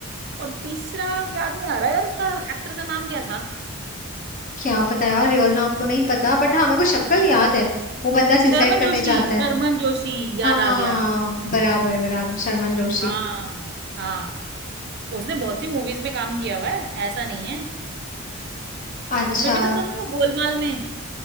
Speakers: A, on the right; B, on the left.
A: और तीसरा याद नहीं आ रहा यार उसका एक्टर का नाम क्या था
B: क्या पता यार रियल नाम तो नहीं पता बट हाँ मेरे को शक्ल याद है वो बंदा सुसाइड
A: शर्मन
B: करने
A: जोशी
B: जाता है
A: शर्मन जोशी याद
B: हाँ
A: आ गया
B: बराबर बराबर शर्मन जोशी
A: हाँ हाँ उसने बहुत सी मूवीज में काम किया हुआ है ऐसा नहीं है
B: अच्छा
A: उसमें भी तो, तो ना वो गोलमाल में